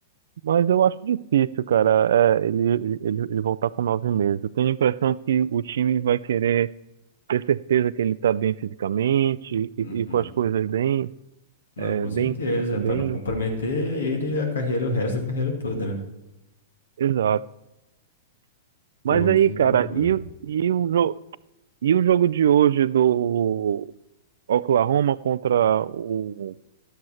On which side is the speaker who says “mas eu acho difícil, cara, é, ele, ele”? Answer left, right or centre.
Right